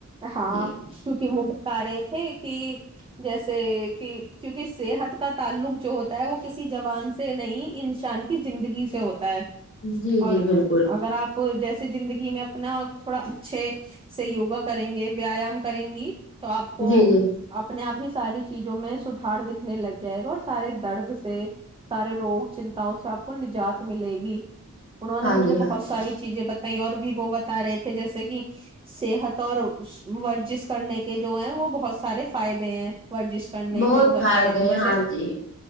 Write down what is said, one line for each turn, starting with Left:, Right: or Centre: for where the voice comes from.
Right: ہاں
Left: جی
Right: س کی وہ بتا رہے تھے کہ جیسے کہ کیونکہ صحت کا تعلق جو ہوتا ہے وہ کسی جوان سے نہیں انسان کی زندگی سے ہوتا
Left: جی جی
Right: اور
Left: بالکل
Right: اگر آپ جیسے زندگی میں اپنا تھوڑا اچھے سے یوگا کریں گے ویایام کریں گی تو آپ کو
Left: جی جی
Right: اپنے آپ ساری چیزوں میں سدار دکھنے لگ جائے گا اور سارے درد سے سارے روگ چنتاؤ سے آپ کو نجات ملے گی انہوں نے
Left: ہاں
Right: مجھے
Left: جی
Right: بہت
Left: ہاں
Right: ساری
Left: جی
Right: چیزیں بت اور بھی وہ بتا رہے تھے جیسے کہ صحت اور ورزش کرنے کے جو ہیں وہ بہت سارے فائدے ہیں ورزش کرنے
Left: بہت
Right: کے تو بتا
Left: فائدے
Right: رہے تھے
Left: ہیں
Right: جیسے
Left: ہاں جی